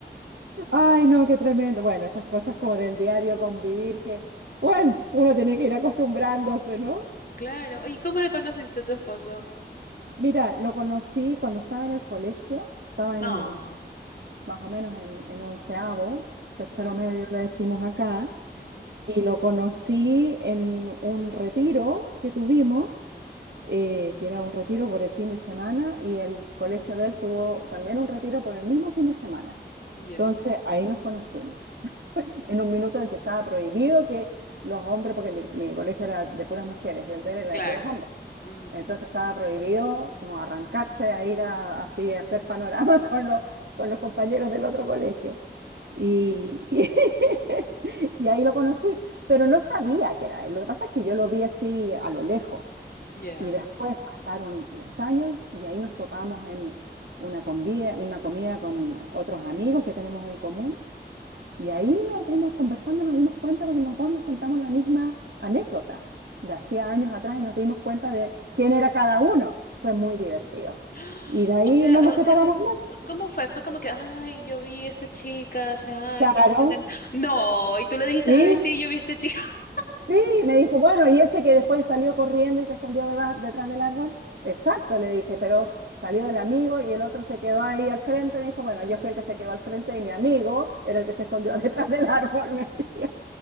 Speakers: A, on the right; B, on the left.
A: ay, no, qué tremendo. Bueno, esas cosas como del diario convivir que, bueno, uno tiene que ir acostumbrándose, ¿no?
B: Claro. ¿Y cómo le conociste a tu esposo?
A: Mira, lo conocí cuando estaba en el colegio, estaba en
B: Ah,
A: más o menos en, en onceavo, tercero
B: ya.
A: medio le decimos acá,
B: ujú,
A: y lo conocí en un retiro que tuvimos, eh, que era un retiro por el fin de semana, y el colegio de él tuvo también un retiro por el mismo fin de semana.
B: Ya.
A: Entonces ahí nos conocimos, en un minuto en que estaba prohibido que los hombres, porque mi, mi colegio era de puras mujeres y el de él era
B: Claro.
A: de puros hombres.
B: ujú,
A: Entonces estaba prohibido como arrancarse a ir a, así a hacer panorama <laughs> con los, con los compañeros del otro colegio. Y, y- <laughs> y ahí lo conocí, pero no sabía que era él. Lo que pasa es que yo lo vi así a lo lejos.
B: Ya.
A: Y después pasaron los años y ahí nos topamos en una comida, una comida con otros amigos que tenemos en común. Y ahí nos dimos, conversando, nos dimos cuenta porque los dos nos contamos la misma anécdota de hacía años atrás y nos dimos cuenta de quién era cada uno. Fue muy divertido.
B: <gasps>
A: Y de ahí
B: O sea,
A: no nos
B: o
A: separamos
B: sea,
A: más.
B: ¿Cómo fue? Fue como que, ay, yo vi a esta chica hace años.
A: Claro,
B: <laughs> No, y tú le dijiste,
A: sí,
B: ay, sí, yo vi a esta chica. <laughs>
A: sí, me dijo, bueno, y ese que después salió corriendo y se escondió deba- detrás del árbol, exacto, le dije, pero salió el amigo y el otro se quedó ahí al frente, me dijo, bueno, yo fui el que se quedó al frente y mi amigo era el que se escondió <laughs> detrás del árbol, me decía.